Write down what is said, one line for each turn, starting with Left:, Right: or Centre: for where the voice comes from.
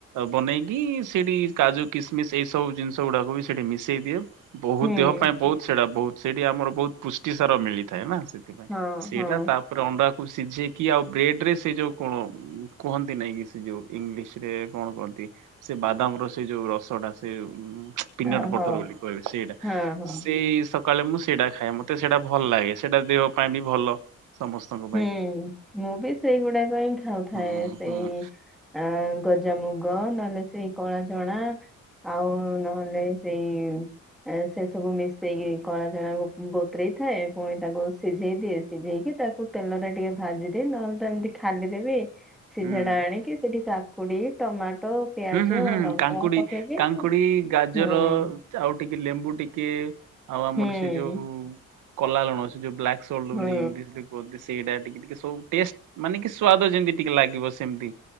Right: ବନେଇକି ସେଇଠି କାଜୁ କିସମିସ୍ ଏଇ ସବୁ ଜିନିଷ ଗୁଡାକୁ ବି ସେଠି ମିଶେଇ ଦିଏ। ବହୁତ୍
Centre: ହୁଁ
Right: ଦେହ ପାଇଁ ବହୁତ୍ ସେଟା ବହୁତ୍ ସେଇଠି ଆମର ବହୁତ ପୁଷ୍ଟିସାର ମିଳିଥାଏ ନା ସେଥିପାଇଁ।
Centre: ହଁ
Right: ସେଇଟା
Centre: ହଁ
Right: ତା ତାପରେ ଅଣ୍ଡାକୁ ସିଝେଇକି ଆଉ ବ୍ରେଡ ରେ ସେ ଯୋଉ କ କୁହନ୍ତି ନାଇଁ କି ସେ ଯୋଉ ଇଂଲିଶ ରେ କଣ କୁହନ୍ତି ସେ ବାଦାମ ର ସେ ଯୋଉ ରସ୍ ଟା ସେ ପିନଟ୍
Centre: ଓହୋ
Right: ବଟର ବୋଲି କହିବେ ସେଇଟା।
Centre: ହଁ ହଁ
Right: ସେଇ ସକାଳେ ମୁଁ ସେଇଟା ଖାଏ। ମତେ ସେଇଟା ଭଲ ଲାଗେ। ସେଇଟା ଦେହ ପାଇଁ ବି ଭଲ। ସମସ୍ତଙ୍କ ପାଇଁ
Centre: ହୁଁ। ମୁଁ ବି ସେଇଗୁଡାକ ହିଁ ଖାଉଥାଏ
Right: ହଁ
Centre: ସେଇ
Right: ହଁ
Centre: ଆ ଗଜାମୁଗ ନହେଲେ ସେଇ କଳା ଚଣା। ଆଉ ନହେଲେ ସେଇ ଏ ସେସବୁ ମିଶେଇକି କଳାଚଣାକୁ ବତୁରେଇ ଥାଏ ପୁଣି ତାକୁ ସିଝେଇ ଦିଏ, ସିଝେଇକି ତାକୁ ତେଲରେ ଟିକେ ଭାଜିଦିଏ, ନହେଲେ ତ ଏମିତି ଖାଲିରେ ବି ସିଝା
Right: ହୁଁ।
Centre: ଟା ଆଣିକି ସେଠି କା କାକୁଡି, ଟମାଟୋ, ପିଆଜ,
Right: ହୁଁ ହୁଁ ହୁଁ
Centre: ଲଙ୍କା
Right: କାଙ୍କୁଡି
Centre: ପକେଇକି
Right: କାଙ୍କୁଡି ଗାଜର
Centre: ହୁଁ।
Right: ଆଉ ଟିକେ ଲେମ୍ବୁ ଟିକେ ଆଉ ଆମର
Centre: ହୁଁ
Right: ସେ ଯୋଉ କଲା ଲୁଣ ସେ ଯୋଉ ବ୍ଲାକ୍ ସଲ୍ଟ
Centre: ହୁଁ
Right: ବୋଲି ଇଂଲିଶ ରେ କୁହନ୍ତି। ସେଇଟା ଟିକେ ଟିକେ ସବୁ ଟେଷ୍ଟ୍ ମାନେ କି ସ୍ଵାଦ ଯେମିତି ଟିକେ ଲାଗିବ ସେମତି।